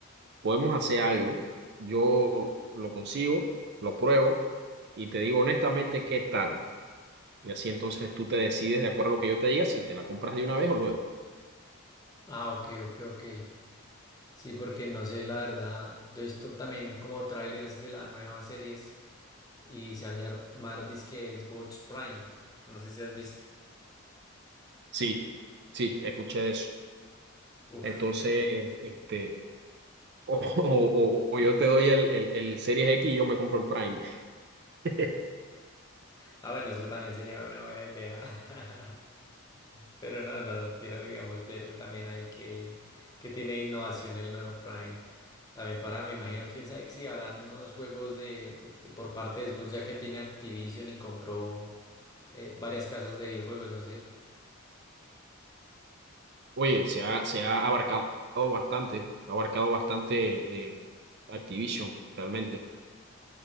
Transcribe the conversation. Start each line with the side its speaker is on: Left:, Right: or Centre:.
Right: podemos hacer algo, yo lo consigo, lo pruebo y te digo honestamente qué tal. Y así entonces tú te decides de acuerdo a lo que yo te diga si te la compras de una vez o luego.
Left: Ah, ok, ok, ok. Sí, porque no sé, la verdad, yo he visto también como trailers de la nueva series y se va a llamar disque Xbox Prime. No sé si has visto.
Right: Sí, sí, escuché eso.
Left: Uf.
Right: Entonces,
Left: <laughs>
Right: este, o, <laughs> o- o- o yo te doy el, el, el Series X y yo me compro el Prime. <laughs>
Left: Ah, bueno, eso también sería una buena idea. <laughs> Pero no, no, quiero, digamos, ver también ahí que, que tiene innovación el nuevo Prime. También para, me imagino, quién sabe si habrán unos juegos de, de- de- por parte de Xbox, ya que tiene Activision y compró eh, varias casas de videojuegos, no sé.
Right: Oye, se ha, se ha abarcado bastante, ha abarcado bastante eh, Activision, realmente.